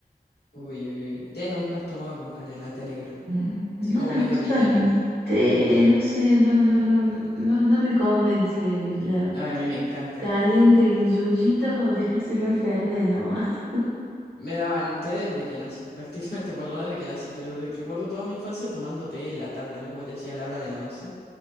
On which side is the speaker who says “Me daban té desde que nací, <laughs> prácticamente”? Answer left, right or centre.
Left